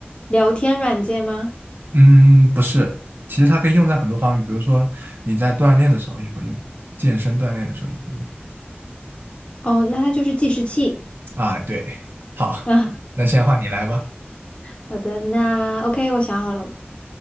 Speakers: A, on the left; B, on the right.
A: 聊天软件吗？
B: 嗯，不是，其实它可以用在很多方面，比如说你在锻炼的时候也会用，健身锻炼的时候也会用。
A: 哦，那它就是计时器。
B: 啊，对，好，
A: 嗯，
B: 那现在换你来吧，
A: 好的，那 OK，我想好了，